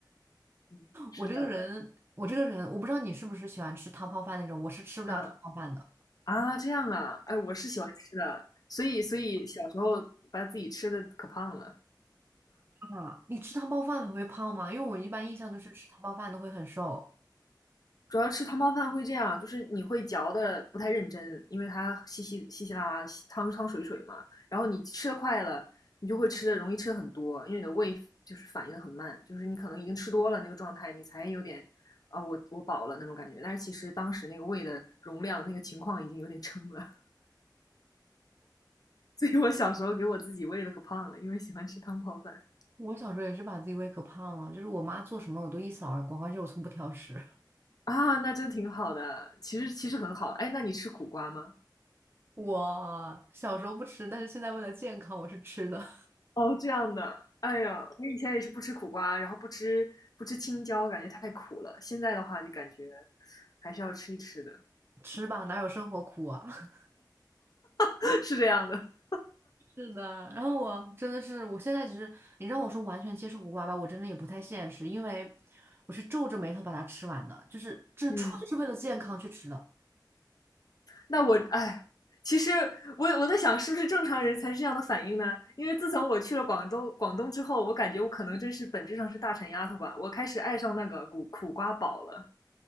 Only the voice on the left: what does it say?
嗯，是这样的
嗯啊，这样啊，哎，我是喜欢吃的，所以所以小时候把自己吃的可胖了。
主要吃汤泡饭会这样，就是你会嚼的不太认真，因为它稀稀稀稀拉拉、汤汤水水嘛。然后你吃的快了，你就会吃的容易吃的很多，因为你的胃就是反应的很慢，就是你可能已经吃多了那个状态，你才有点啊、呃我我饱了那种感觉。但是其实当时那个胃的容量、那个情况已经有点撑了，<laughs> 所以我小时候给我自己喂的可胖了，因为喜欢吃汤泡饭
啊，那真挺好的。其实其实很好。哎，那你吃苦瓜吗？
哦，这样的，哎呀，我以前也是不吃苦瓜，然后不吃不吃青椒，感觉太苦了。现在的话就感觉还是要吃一吃的，
<laughs> 是这样的。
嗯，那我哎，其实我我在想，是不是正常人才是这样的反应呢？因为自从我去了广东广东之后，我感觉我可能真是本质上是大馋丫头吧，我开始爱上那个苦苦瓜煲了。